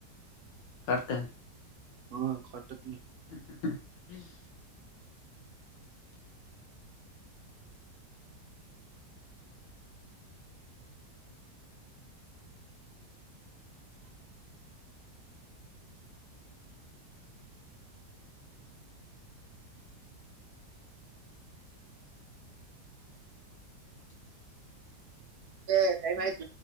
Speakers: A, on the left; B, on the right.
A: ಕಟ್ಟೆ
B: ಹ್ಮ ಹೊಟ್ಟತ್
A: ಹ್ಮ ಹ್ಮ ಹ್ಮ
B: ಹ ತ ಮಾಹಿತ